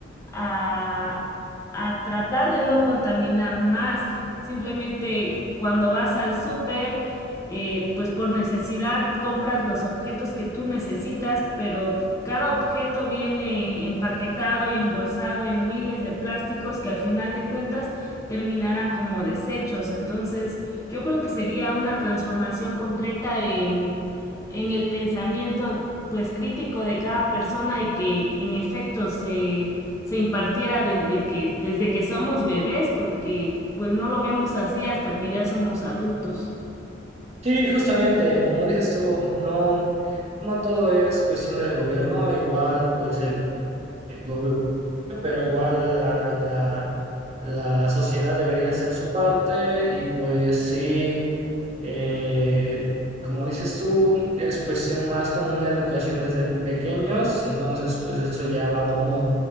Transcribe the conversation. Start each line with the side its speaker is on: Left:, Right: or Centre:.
Left: a, a tratar de no contaminar más. Simplemente cuando vas al súper, eh, pues por necesidad compras los objetos que tú necesitas, pero cada objeto viene empaquetado y embolsado en miles de plásticos que al final de cuentas terminarán como desechos. Entonces, yo creo que sería una transformación completa en, en el pensamiento pues crítico de cada persona y que en efecto se, se impartiera desde que, desde que somos bebés, porque pues no lo vemos así hasta que ya somos adultos.
Right: Sí, justamente, como dices tú, no, no todo es cuestión del gobierno, igual pues el gobierno, pero igual la, la, la la sociedad debería hacer su parte y pues sí. Eh, como dices tú, es cuestión más como una educación desde pequeños, entonces pues eso ya va como,